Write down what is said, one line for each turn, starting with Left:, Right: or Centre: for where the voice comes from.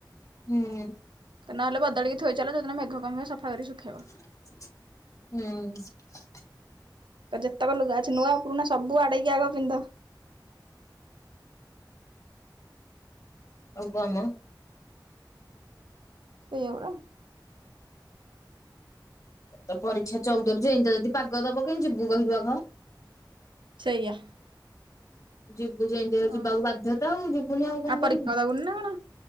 Left: ହୁଁ।
Right: ନହେଲେ ବଦଳିକିଥୋଇଚାଲ ଯୋଉଦିନ ମେଘ କମିବ ସଫା କରି ଶୁଖେଇବ।
Left: ହୁଁ।
Right: ଯେତେକ ଲୁଗା ଅଛି ନୂଆ ପୁରୁଣା ସବୁ ଆଡେଇକି ଆଗ ପିନ୍ଧ।
Left: ଆଉ କମ
Right: ସେଇଆପରା।
Left: ତ ପରୀକ୍ଷା ଚଉଦରୁ ଯେ ଏମିତିଆ ଯଦି ପାଗ ଦବ କେତି ଯିବୁ କହିଲୁ ଆଗ?
Right: ସେୟା।
Left: ଯିବୁ ଯେମିତି ହେଲେ
Right: ଆଉ
Left: ଯିବାକୁ ବାଧ୍ୟ ତ ଆଉ ଯିବୁନି ଆଉ କଣ
Right: ପରୀକ୍ଷା
Left: କରିବୁ।
Right: ଦବୁନି ନା କଣ